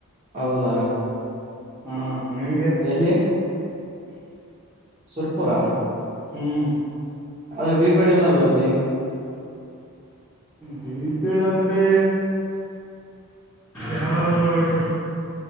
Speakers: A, on the right; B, in the centre.
A: ಹೌದಾ
B: ಹಾ ನಿಮ್ಗೆ
A: ಎಲ್ಲಿ ಸುರ್ಪುರ
B: ಹ್ಮ್
A: ಆದ್ರೆ ಬಿಪೇಡ್ ಇಲ್ಲಲ್ಲ ಅಲ್ಲಿ
B: ಗೀತಂದ್ರೆ ಯಾವ ರ ರ